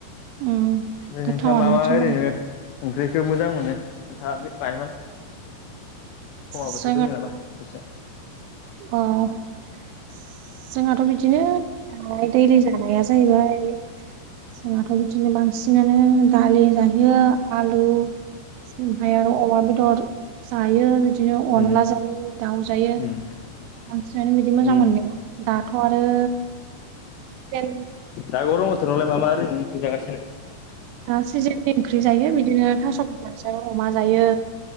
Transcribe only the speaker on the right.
उम
गोथावानो
माथो
होमबालाय
जोंहाथ'
अ' जोंहाथ' बिदिनो बाय दैलि जानाया जाहैबाय जोंहाथ' बिदिनो बांसिनानो दालि जायो। आलु ओमफाय आरो अमा बेदर जायो बिदिनो अनला
जायो दाउ जायो।
बांसिनानो बिदि मोजां
मोननाय दाथ' आरो देन
दा सिजेननि ओंख्रि जायो बिदिनो थास' बिसंजों अमा जायो।